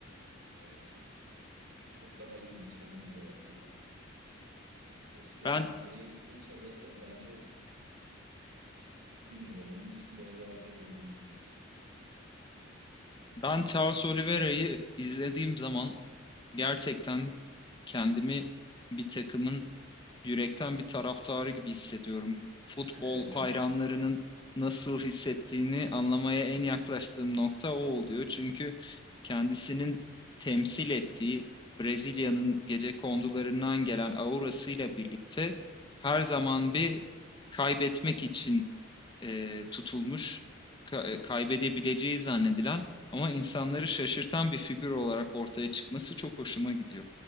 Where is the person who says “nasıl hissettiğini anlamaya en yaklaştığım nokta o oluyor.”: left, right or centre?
Left